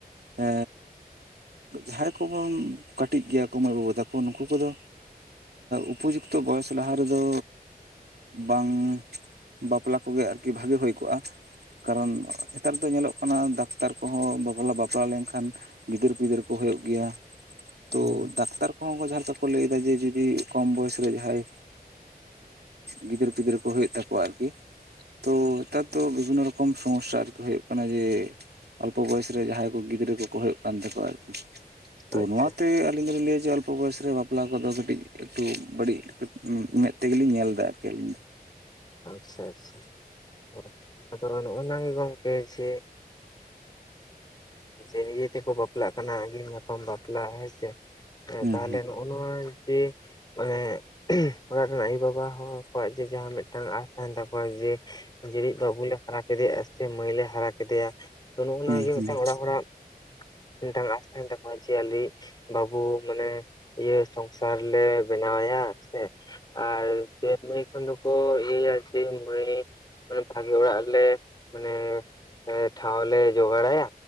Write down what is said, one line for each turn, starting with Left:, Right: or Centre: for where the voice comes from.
Right: ᱮ ᱡᱟᱦᱟᱸᱭ ᱠᱚᱵᱚᱱ ᱠᱟᱹᱴᱤᱡ ᱜᱮᱭᱟ ᱠᱚ ᱢᱟᱹᱭ ᱵᱟᱹᱵᱩ ᱛᱟᱠᱚ ᱱᱩᱠᱩ ᱠᱚᱫᱚ ᱩᱯᱚᱡᱩᱠᱛᱚ ᱵᱚᱭᱮᱥ ᱞᱟᱦᱟ ᱨᱮᱫᱚ ᱵᱟᱝ ᱵᱟᱯᱞᱟ ᱠᱚᱜᱮ ᱟᱨᱠᱤ ᱵᱷᱟᱹᱜᱤ ᱦᱩᱭ ᱠᱚᱜᱼᱟ ᱠᱟᱨᱚᱱ ᱱᱮᱛᱟᱨ ᱫᱚ ᱧᱮᱞᱚᱜ ᱠᱟᱱᱟ ᱰᱟᱠᱛᱟᱨ ᱠᱚᱦᱚᱸ ᱵᱟᱯᱞᱟ ᱵᱟᱯᱞᱟ ᱞᱮᱱᱠᱷᱟᱱ ᱜᱤᱫᱟᱹᱨ ᱯᱤᱫᱟᱹᱨ ᱠᱚ ᱦᱩᱭᱩᱜ ᱜᱮᱭᱟ ᱛᱚ
Left: ᱦᱩᱸ
Right: ᱰᱟᱠᱛᱟᱨ ᱡᱟᱦᱟᱸ ᱞᱮᱠᱟ ᱠᱚ ᱞᱟᱹᱭ ᱫᱟ ᱡᱮ ᱡᱚᱫᱤ ᱠᱚᱢ ᱵᱚᱭᱮᱥ ᱨᱮ ᱡᱟᱦᱟᱸᱭ ᱜᱤᱫᱽᱟᱹᱨᱟᱹ ᱯᱤᱫᱽᱟᱹᱨᱟᱹ ᱠᱚ ᱦᱩᱭᱩᱜ ᱛᱟᱠᱚᱣᱟ ᱟᱨᱠᱤ ᱛᱚ ᱱᱮᱛᱟᱨ ᱫᱚ ᱵᱤᱵᱷᱤᱱᱱᱚ ᱨᱚᱠᱚᱢ ᱥᱚᱢᱚᱥᱟ ᱦᱩᱭᱩᱜ ᱠᱟᱱᱟ ᱡᱮ ᱚᱞᱯᱚ ᱵᱚᱭᱮᱥ ᱨᱮ ᱡᱟᱦᱟᱸᱭ ᱠᱚ ᱜᱤᱫᱽᱨᱟᱹ ᱠᱚᱠᱚ ᱦᱩᱭᱩᱜ ᱠᱟᱱ ᱛᱟᱠᱚᱣᱟ ᱟᱨᱠᱤ ᱛᱚ
Left: ᱟᱪᱪᱷᱟ
Right: ᱱᱚᱶᱟᱛᱮ ᱟᱹᱞᱤᱧ ᱫᱚᱞᱤᱧ ᱞᱟᱹᱭᱟ ᱡᱮ ᱚᱞ ᱚᱞᱯᱚ ᱵᱚᱭᱮᱥ ᱨᱮ ᱵᱟᱯᱞᱟ ᱠᱚᱫᱚ ᱠᱟᱹᱴᱤᱡ ᱮᱠᱴᱩ ᱵᱟᱹᱲᱤᱡ ᱢᱮᱫ ᱛᱮᱜᱮᱞᱤᱧ ᱧᱮᱞ ᱮᱫᱟ ᱟᱨᱠᱤ ᱟᱹᱞᱤᱧ ᱫᱚ <inaudible>
Left: ᱟᱪᱪᱷᱟ ᱟᱪᱷᱟ ᱦᱳᱭ ᱟᱫᱚ ᱱᱚᱜᱱᱟ ᱜᱮ ᱜᱚᱝᱠᱮ ᱡᱮ ᱡᱮ ᱤᱭᱟᱹ ᱛᱮᱠᱚ ᱵᱟᱯᱞᱟᱜ ᱠᱟᱱᱟ ᱟᱜᱤᱞ ᱧᱟᱯᱟᱢ ᱵᱟᱯᱞᱟ ᱦᱮᱸ ᱥᱮ
Right: ᱦᱩᱸ
Left: ᱛᱟᱦᱞᱮ ᱱᱚᱜᱼᱚ ᱱᱚᱶᱟ ᱡᱮ ᱢᱟᱱᱮ ᱚᱲᱟᱜ ᱨᱮᱱ ᱟᱭᱳᱵᱟᱵᱟ ᱦᱚᱲ ᱠᱚᱣᱟᱜ ᱡᱮ ᱡᱟᱦᱟᱸ ᱢᱤᱫ ᱢᱤᱫ ᱴᱟᱝ ᱟᱥ ᱛᱟᱦᱮᱱ ᱛᱟᱠᱚᱣᱟ ᱡᱮ ᱡᱮᱨᱤᱡ ᱵᱟᱹᱵᱩᱞ ᱞᱮ ᱦᱟᱨᱟ ᱠᱮᱫᱮᱭᱟ ᱥᱮ ᱢᱟᱹᱭᱞᱮ ᱦᱟᱨᱟ ᱠᱮᱫᱮᱭᱟ ᱛᱚ ᱱᱚᱜ ᱚᱭ ᱱᱚᱶᱟ
Right: ᱦᱩᱸ
Left: ᱜᱮ
Right: ᱦᱩᱸ
Left: ᱢᱤᱫ
Right: ᱦᱩᱸ
Left: ᱴᱟᱝ ᱚᱲᱟᱜ ᱦᱚᱲᱟᱜ ᱢᱤᱫ ᱴᱟᱝ ᱟᱥ ᱛᱟᱦᱮᱱ ᱛᱟᱠᱚᱣᱟ ᱡᱮ ᱟᱞᱮ ᱵᱟᱹᱵᱩ ᱢᱟᱱᱮ ᱤᱭᱟᱹ ᱥᱚᱝᱥᱟᱨ ᱞᱮ ᱵᱮᱱᱟᱣᱭᱟ ᱥᱮ ᱟᱨ ᱢᱟᱹᱭ ᱠᱷᱚᱱ ᱫᱟ ᱠᱚ ᱤᱭᱟᱹᱟ ᱡᱮ ᱢᱟᱹᱭ ᱢᱟᱱᱮ ᱵᱷᱟᱜᱮ ᱚᱲᱟᱜ ᱨᱮᱞᱮ ᱢᱟᱱᱮ ᱮ ᱴᱷᱟᱶ ᱞᱮ ᱡᱚᱜᱟᱲᱟᱭᱟ᱾